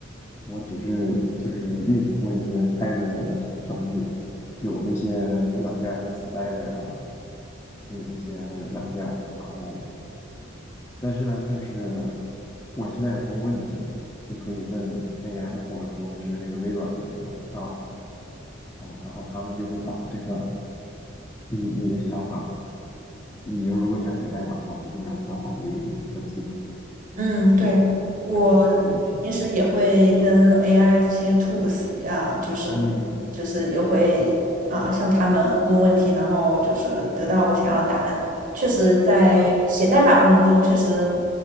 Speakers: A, on the left; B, on the right.
A: 我只是就是运行过一些 Python 的程序，有那些软件儿像 Spider 啊，那那些软件儿然后，但是呢，就是我现在有什么问题，就可以问 AI，或者说是那个微软的那个 c l a 啊，然后他们就会把这个你你的想法。你要如果想写代码的话，它基本上很好的给你能写出来。
B: 嗯，对，
A: 是的，
B: 我
A: 对，是的，是的，
B: 平时也会跟 AI 这些 tools 啊，就是
A: 嗯，
B: 就是也会啊向他们问问题，然后就是得到我想要的答案。确实，在写代码过程中，
A: 是啊，
B: 确实